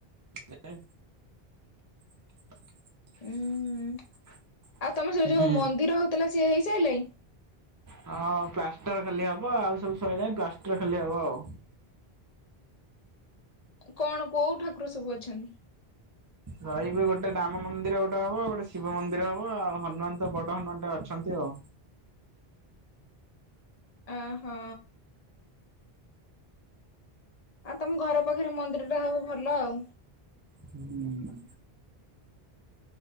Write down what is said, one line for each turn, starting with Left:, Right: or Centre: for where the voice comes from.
Right: ଏ <inaudible>
Left: ଉୁଁ ଆଉ ତମର ସେ ଯୋଉ
Right: ହୁଁ।
Left: ମନ୍ଦିର ହଉଥିଲା ସିଏ ହେଇସାଇିଲାଇଁ
Right: ହଁ ପ୍ଲାଷ୍ଟର ଖାଲି ହବ ଆଉ ସବୁ ସଇଁଲାଣି ପ୍ଲାଷ୍ଟର ଖାଲି ହବ ଆଉ।
Left: କଣ କୋଉ ଠାକୁର ସବୁ ଅଛନ୍ତି।
Right: ରହିବି ଗୋଟେ ରାମ ମନ୍ଦିର ଗୋଟେ ହବ ଆ ଗୋଟେ ଶିବ ମନ୍ଦିର ହବ ଆଉ ହନୁମାନ ତ ବଡ ହନୁମାନ ଟେ ଅଛନ୍ତି ଆଉ।
Left: ଓହୋ ଆଉ ତମ ଘର ପାଖରେ ମନ୍ଦିର ଟା ହବ ଭଲ ଆଉ।
Right: ହୁଁ।